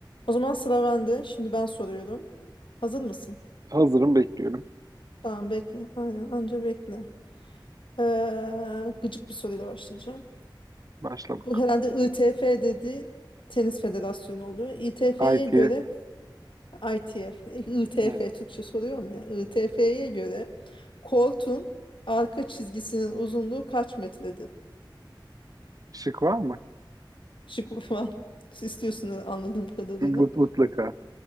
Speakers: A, on the left (about 80°); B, on the right (about 45°).
A: O zaman sıra bende. Şimdi ben soruyorum. Hazır mısın?
B: Hazırım bekliyorum.
A: Tamam bekle. Aynen anca bekle. Ee, gıcık bir soruyla başlayacağım.
B: Başla bak.
A: Bu herhalde ITF dediği tenis federasyonu oluyor. ITF'ye
B: ITF.
A: göre ITF, ITF
B: Hı.
A: Türkçe soruyorum ya. ITF'ye göre kortun arka çizgisinin uzunluğu kaç metredir?
B: Şık var mı?
A: Şık var. <laughs> Siz istiyorsunuz anladığım kadarıyla.
B: Mut- Mutlaka.